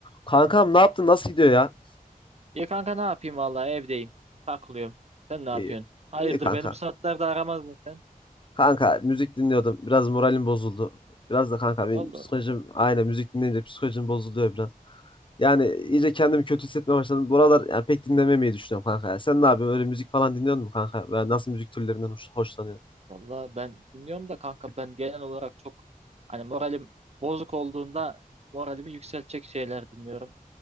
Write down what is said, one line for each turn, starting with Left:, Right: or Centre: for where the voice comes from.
Left: Kankam ne yaptın? Nasıl gidiyor ya?
Right: Ya kanka ne yapayım vallahi evdeyim. Takılıyorum. Sen ne yapıyorsun?
Left: İyi.
Right: Hayırdır
Left: İyi kanka.
Right: beni bu saatlerde aramazdın sen.
Left: Kanka müzik dinliyordum. Biraz moralim bozuldu. Biraz da kanka benim
Right: Allah
Left: psikolojim
Right: Allah.
Left: aynen müzik dinleyince psikolojim bozuluyor biraz. Yani iyice kendimi kötü hissetmeye başladım. Buralar yani pek dinlememeyi düşünüyorum kanka ya. Sen ne yapıyorsun? Öyle müzik falan dinliyor musun kanka? Veya nasıl müzik türlerinden hoş, hoşlanıyorsun?
Right: Vallahi ben dinliyorum da kanka ben genel olarak çok hani moralim bozuk olduğunda moralimi yükseltecek şeyler dinliyorum.